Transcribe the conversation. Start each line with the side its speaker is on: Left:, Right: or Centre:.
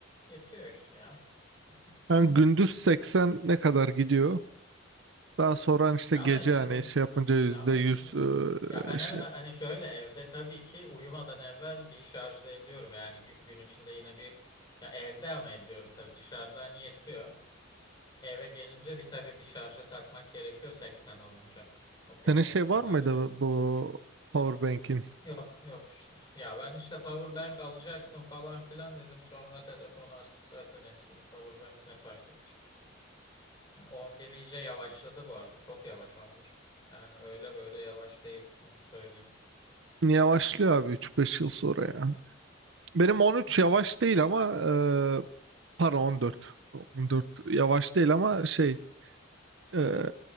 Left: yetiyor işte ya. Kullan-
Right: hani gündüz
Left: Yetiyor.
Right: 80 ne kadar gidiyor? Daha sonra hani işte
Left: Ya
Right: gece
Left: ama işte
Right: hani
Left: benim
Right: şey
Left: evet
Right: yapınca %100
Left: ya ama evet.
Right: eee,
Left: Ya ben eve,
Right: şey.
Left: hani şöyle evde tabii ki uyumadan evvel bir şarjda ediyorum. Yani gü- gün içinde yine bir ya evde ama ediyorum tabii dışarıda hani yetiyor. Eve gelince bir tabii bir şarja takmak gerekiyor 80 olunca. O, ka-
Right: Senin
Left: o,
Right: şey
Left: o kadar
Right: var mıydı
Left: da değil.
Right: bu powerbank'in?
Left: Yok yok işte. Ya ben işte power bank alacaktım falan filan dedim. Sonra telefon artık zaten eskidi. Power bank ne fayda edecek dedim. Ya 11 iyice yavaşladı bu arada. Çok yavaş 11. Yani öyle böyle yavaş değil. Onu söyleyeyim.
Right: Yavaşlıyor abi 3-5 yıl sonra ya. Benim 13
Left: Hı hı.
Right: yavaş değil ama eee para 14. 14
Left: Hı hı. Ben
Right: yavaş
Left: de öyle.
Right: değil ama şey Ee,